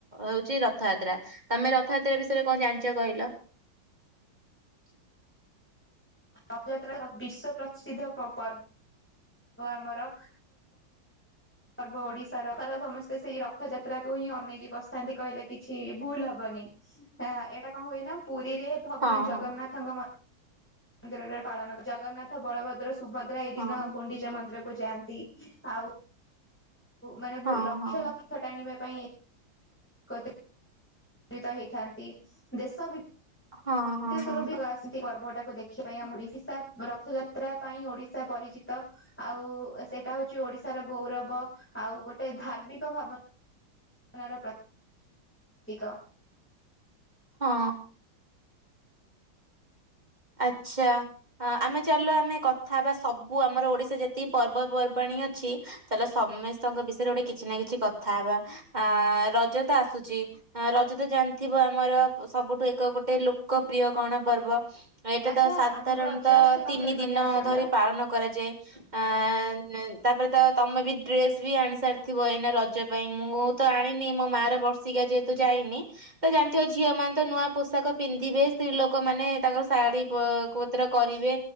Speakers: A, on the right; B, in the centre.
A: ହଉଚି ରଥଯାତ୍ରା। ତମେ ରଥଯାତ୍ରା ବିଷୟରେ କଣ ଜାଣିଚ କହିଲ? <inaudible>
B: ରଥଯାତ୍ରା ବିଶ୍ଵ ପ୍ରସିଦ୍ଧ ପର୍ ପର୍ବ ଆମର। ପର୍ବ ଓଡିଶାର, ସମସ୍ତେ ସେଇ ରଥଯାତ୍ରାକୁୁ ହିଁ ଅନେଇକି ବସିଥାନ୍ତି କହିଲେ କିଛି ଭୁଲ ହବ ହବନି। ଏଇଟା କଣ ହୁଏ ନା ପୁରୀରେ ଭଗବାନ
A: ହଁ
B: ଜଗନ୍ନା
A: ହଁ
B: ଥ ଙ୍କ ମ ନ୍ଦିରରେ ପାଳନ, ଜଗନ୍ନାଥ ବଳଭଦ୍ର ସୁଭଦ୍ରା ଏହି ଦିନ
A: ହଁ
B: ଗୁଣ୍ଡି ଚା ମନ୍ଦିର କୁ ଯାଆନ୍ତି। ଆଉ ମାନେ ଲକ୍ଷ
A: ହଁ
B: ଲକ୍ଷ
A: ହଁ
B: ରଥ ଟାଣିବା ପାଇଁ ଏ କତ୍ରିତ ହେଇଥାନ୍ତି। ଦେଶ ବି
A: ହଁ
B: ଦେଶ
A: ହଁ ହଁ
B: ରୁ ବି <unintelligible> ପର୍ବ ଟାକୁ ଦେଖିବା ପାଇଁ ଆମ ଓଡିଶା ରଥଯାତ୍ରା ପାଇଁ ଓଡିଶା ପରିଚିତ। ଆଉ ସେଟା ହଉଚି ଓଡିଶାର ଗୌରବ। ଆଉ ଗୋଟେ ଧାର୍ମିକ ଭାବ ନା ର ପ୍ର ତିିକ।
A: ହଁ। ଆଚ୍ଛା। ଅ ଆମେ ଚାଲିଲ ଆମେ କଥା ହବା ସବୁ ଆମର ଓଡିଶା ଯେତିକି ପର୍ବପର୍ବାଣୀ ଅଛି ଚାଲ ସମସ୍ତଙ୍କ ବିଷୟରେ ଗୋଟେ କିଛି ନା କିଛି କଥା ହବା। ଆ ରଜ ତ ଆସୁଚି। ଅ ରଜ ତ ଜାଣିଥିବ ଆମର ସବୁଠୁ ଏକ ଗୋଟେ ଲୋକପ୍ରିୟ ଗଣ ପର୍ବ। ଏଇଟା
B: ଆଚ୍ଛା
A: ତ ସାଧାରଣତଃ
B: ଆଗକୁ ରଜ ଆସୁଛି ତମ
A: ତିନି
B: ବିଷୟରେ କଣ
A: ଦିନ
B: ଜାଣିଛ କହିଲ?
A: ଧରି ପାଳନ କରାଯାଏ।
B: <inaudible>
A: ଆ ତାପରେ ତ ତମେ ବି ଡ୍ରେସ୍ ବି ଆଣି ସାରିଥିବ ଏଇନା ରଜ ପାଇଁ। ମୁଁ ତ ଆଣିନି ମୋ ମା ର ବର୍ଷିକିଆ ଯେହେତୁ ଯାଇନି। ତ ଜାଣିଥିବ ଝିଅ ମାନେ ତ ନୂଆ ପୋଷାକ ପିନ୍ଧିବେ। ସ୍ତ୍ରୀ ଲୋକ ମାନେ ତାଙ୍କର ଶାଢ଼ୀ ପତ୍ର କରିବେ।